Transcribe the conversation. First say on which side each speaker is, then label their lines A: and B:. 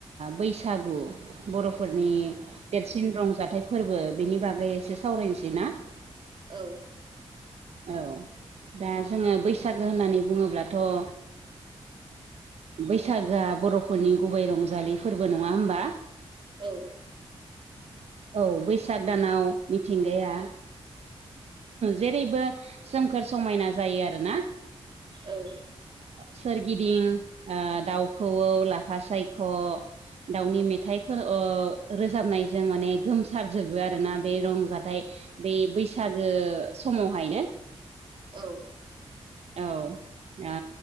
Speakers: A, on the right; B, on the right.
A: बैसागु बर'फोरनि देरसिन रंजाथाइ फोरबो बेनि बागै एसे सावरायनोसै ना
B: औ
A: औ दा जोङो बैसागो होननानै बुङोब्लाथ' ओ बैसागोआ बर'फोरनि गुबै रंजालि फोरबो नङा होमबा
B: औ
A: <inaudible> औ बैसाग दानाव मिथिंगाया जेरैबो सोमखोर समायना जायो आरोना
B: औ
A: सोरगिदिं दाउखौ लाफा सायख' दाउनि मेथाइफोर रोजाबनायजों माने गोमसारजोबो आरोना बे रंजाथाइ बे बैसागो समावहायनो
B: औ
A: औ आ